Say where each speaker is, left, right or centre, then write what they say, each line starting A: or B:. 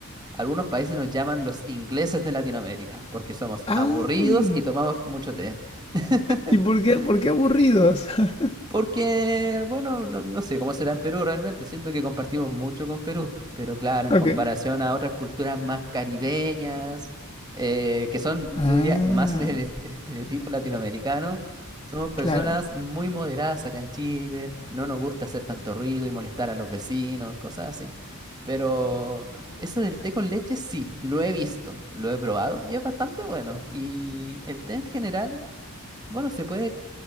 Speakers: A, on the right; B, on the left.
A: algunos países nos llaman los ingleses de Latinoamérica, porque somos
B: Ah,
A: aburridos y tomamos mucho té. <laughs>
B: ¿y por qué, por qué aburridos? <laughs>
A: Porque, bueno, no, no sé cómo será en Perú realmente, siento que compartimos mucho con Perú, pero claro, en
B: Ok.
A: comparación a otras culturas más caribeñas, eh, que son,
B: Ah,
A: yo diría, más el, el est- el estereotipo latinoamericano, somos personas
B: claro.
A: muy moderadas acá en Chile, no nos gusta hacer tanto ruido y molestar a los vecinos, cosas así. Pero eso del té con leche sí, lo he visto, lo he probado y es bastante bueno. Y el té en general... Bueno, se puede